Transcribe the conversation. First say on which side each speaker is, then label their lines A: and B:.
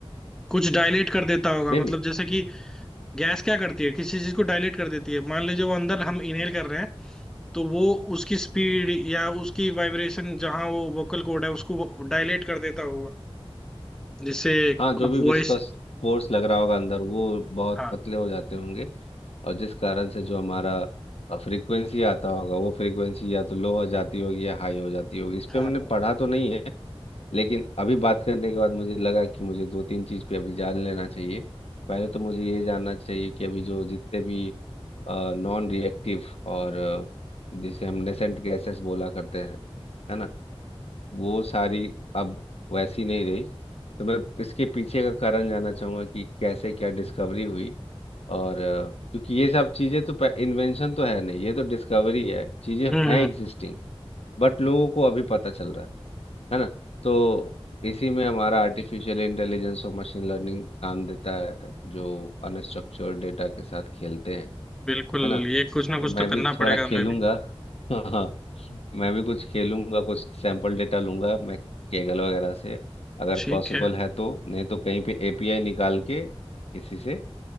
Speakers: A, in the centre; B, on the left.
A: कुछ डायलेट कर देता होगा
B: बेबी
A: मतलब जैसे कि गैस क्या करती है किसी चीज को डायलेट कर देती है मान लीजिए वो अंदर हम इनहेल कर रहे हैं तो वो उसकी स्पीड या उसकी वाइब्रेशन जहाँ वो वोकल कॉर्ड है उसको डायलेट कर देता होगा जिससे
B: हाँ जो भी
A: वॉइस
B: विस्कस फोर्स लग रहा होगा अंदर वो बहुत
A: हाँ
B: पतले हो जाते होंगे और जिस कारण से जो हमारा फ्रीक्वेंसी आता होगा वो फ्रीक्वेंसी या तो लो हो जाती होगी या हाई हो जाती होगी इस पे
A: हाँ
B: मैंने
A: हाँ।
B: पढ़ा तो नहीं है लेकिन अभी बात करने के बाद मुझे लगा कि मुझे दो तीन चीज़ पे अभी जान लेना चाहिए पहले तो मुझे ये जानना चाहिए कि अभी जो जितने भी नॉन रिएक्टिव और अ, जिसे हम नेसेंट गैसेस बोला करते हैं है ना वो सारी अब वैसी नहीं रही तो मैं इसके पीछे का कारण जानना चाहूंगा कि कैसे क्या डिस्कवरी हुई और अ, क्योंकि ये सब चीजें तो इन्वेंशन तो है नहीं ये तो डिस्कवरी है चीजें
A: हम्म
B: हैं एग्जिस्टिंग बट लोगों को अभी पता चल रहा है है ना तो इसी में हमारा आर्टिफिशियल इंटेलिजेंस और मशीन लर्निंग काम देता है जो अनस्ट्रक्चर्ड डेटा के साथ खेलते हैं
A: बिल्कुल
B: है ना
A: ये कुछ ना
B: तो
A: कुछ
B: मैं
A: तो
B: भी
A: करना
B: थोड़ा
A: पड़ेगा
B: खेलूंगा
A: हमें भी
B: <laughs> हाँ मैं भी कुछ खेलूंगा कुछ सैंपल डेटा लूंगा मैं कैगल वगैरह से अगर
A: ठीक
B: पॉसिबल
A: है
B: है तो नहीं तो कहीं पे एपीआई निकाल के किसी से